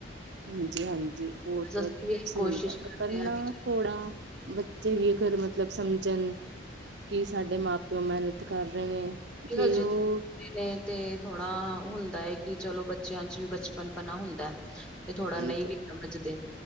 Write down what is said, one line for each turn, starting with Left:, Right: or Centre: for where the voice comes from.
Right: ਹਾਂਜੀ ਹਾਂਜੀ ਬਹੁਤ
Centre: ਬਸ ਅਸੀਂ ਵੀ ਇਹੀ
Right: ਸਹੀ
Centre: ਕੋਸ਼ਿਸ਼
Right: ਗੱਲ ਹੈ
Centre: ਕਰ
Right: ਪਹਿਲਾਂ
Centre: ਰਹੇ ਹਾਂ ਕਿ
Right: ਥੋੜਾ ਬੱਚੇ ਵੀ ਅਗਰ ਮਤਲਬ ਸਮਝਣ ਕੀ ਸਾਡੇ ਮਾਂ ਪਿਓ ਮਿਹਨਤ ਕਰ ਰਹੇ ਨੇ
Centre: ਜ
Right: ਫੇਰ
Centre: ਹਾਂਜੀ
Right: ਉਹ
Centre: ਨੇ ਤੇ ਥੋੜਾ ਹੁੰਦਾ ਹੈ ਕਿ ਚਲੋ ਬੱਚਿਆਂ ਚ ਵੀ ਬਚਪਨਪਨਾ ਹੁੰਦਾ ਤੇ ਥੋੜਾ
Right: ਹਾਂਜੀ
Centre: ਨਹੀਂ ਵੀ ਸਮਝਦੇ